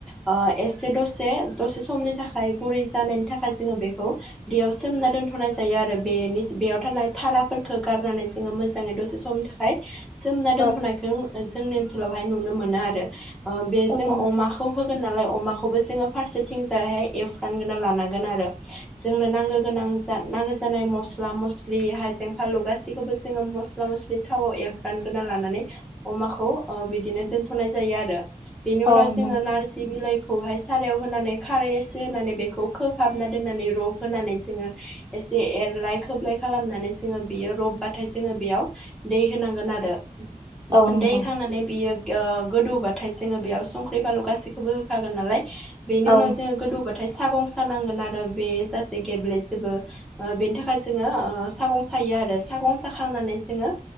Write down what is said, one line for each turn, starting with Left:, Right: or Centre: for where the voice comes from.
Centre: ओ एसे दसे दसे समनि थाखाय गुरै जानायनि थाखाय जोङो बेखौ दैयाव सोमना दोनथ'नाय जायो आरो बेनि बेयाव थानाय थालाफोरखौ गारनानै जोङो मोजाङै दसे समनि थाखाय सोमना
Right: औ
Centre: दोनथ'नायखौ ओ जोंनि ओनसोलावहाय नुनो नो आरो ओ बेजों
Right: औ
Centre: अमाखौ होगोन नालाय अमाखौबो जोङो फारसेथिंजायहाय एवफ्रानगोना लानांगोन आरो जोंनो नांगौ गोनां नांगौ जानाय मस्ला मस्लि हायजें फाललु गासैखौबो जोङो मस्ला मस्लि थावाव ऐवफ्रान ग्रोरना लानानै अमाखौ ओ बिदिनो दोन नाय जायो आरो, बेनि उनाव
Right: औ नोंथां
Centre: जोङो नारजि बिलाइ खौहाय सारायाव होनानै खारै एसे होनानै बेखौ खोबहाबना दोननानै रब होनानै जोङो एसे एरलाय खोबलाय खालामनानै जोङो बेयो रबबाथाय जोङो बेयाव दै होनांगोन आरो
Right: औ
Centre: उन्दैखांनानै
Right: नोंथां
Centre: बियो ओ गोदौबाथाय जोङो बेयाव संख्रि फानलु गासैखौबो होखागोन नालाय बेनि
Right: औ
Centre: उनाव जोङो गोदौबाथाय सागं सानांगोन आरो बे जाहाथे गेब्लेजोबो ओ बेनि थाखाय जोङो ओ सागं सायो आरो सागं साखांनानै जोङो